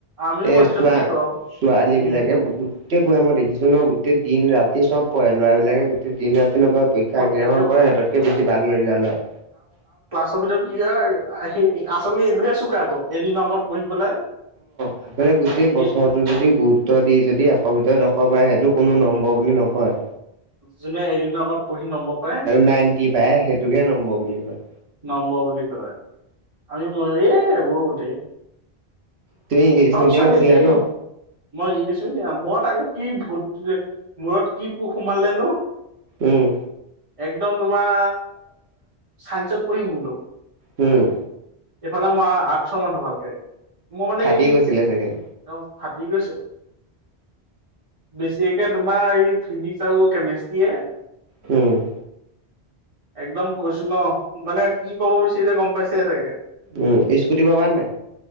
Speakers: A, on the right; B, on the right.
A: আমিও
B: এ
A: মধ্যমীয়া
B: চোৱা
A: বাৰু
B: ছোৱালী
A: উম
B: বিলাকে গোটেই বয় মই দেখিছো ন গোটেই দিন ৰাতি ৰাতি চব পঢ় লৰাবলাকে গোটেই দিন পৰীক্ষা
A: প-
B: একগামখন
A: এ-
B: পৰে সিহঁতকে বেছি ভ ল ৰিজাল্ট হয়
A: বিিতৰত কি হয় স আচলি এইটোহে চুকে আকৌ এদিনৰ আগত পঢ়ি পেলাই
B: সেইকাৰে গোটেই বছৰটোো
A: ই
B: যদি গুৰুত্ব দি যদি এশৰ ভিতৰত দশৰ পায় সেইটো কোনো নম্বৰ বুলি নকয়
A: যোনে এদিনৰ আগত পঢ়ি নমব পাৰে
B: নাইনটি পায় সেইটোকহে নম্বৰ বুলি কয়
A: নম্ব বুলি ক আমি এ বৌ গোটেই
B: তুমি ইংলিছ
A: চপচ
B: মিডিয়াম
A: লেকে
B: আছিলা ন
A: মই ইংলিছোতিিয়া মৰত আগত কি ভূত মূৰত কি পোক সোমালে নো
B: উম
A: একদম তোমাৰ চাইন্সত পঢ়িমোলো
B: উম
A: এইফালে মই আঠশ মানুহ ভালকে মই মানে
B: ফাটি
A: এই
B: গৈছিলে চাগে
A: অ ফাটি গৈছে বেছকে তোমাৰ এই ফিজিক্ চ কে মিস্ত এ
B: উম
A: একদম কৈছু ন মানে কি ক'ব বিচাৰিছে গম পাইছে চাগে
B: উম স্কুটি পাবাৰ নাই